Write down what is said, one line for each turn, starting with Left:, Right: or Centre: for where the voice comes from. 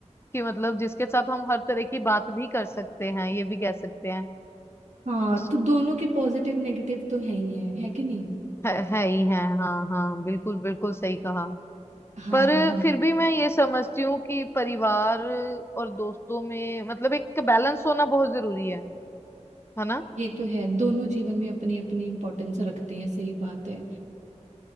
Left: कि मतलब जिसके साथ हम हर तरह की बात भी कर सकते हैं ये भी कह सकते हैं
Right: हाँ
Left: उस
Right: तो दोनों के पॉजिटिव नेगेटिव तो है ही है है कि नहीं
Left: है, है ही है हाँ हाँ बिल्कुल बिल्कुल सही कहा
Right: हाँ
Left: पर
Right: हाँ
Left: फिर भी मैं ये समझती हूँ कि परिवार और दोस्तों में मतलब एक बैलेंस होना बहुत जरूरी है है ना
Right: ये तो है दोनों जीवन में अपनी अपनी इम्पोर्टेंस रखते हैं सही बात है